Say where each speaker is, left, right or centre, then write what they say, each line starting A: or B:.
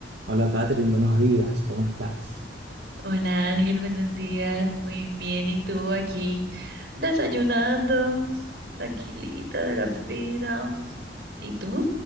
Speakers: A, on the right; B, on the right.
A: Hola Catherine, buenos días, ¿cómo estás?
B: Hola Ángel, buenos días, muy bien. ¿Y tú aquí desayunando, tranquilita de la vida? ¿Y tú?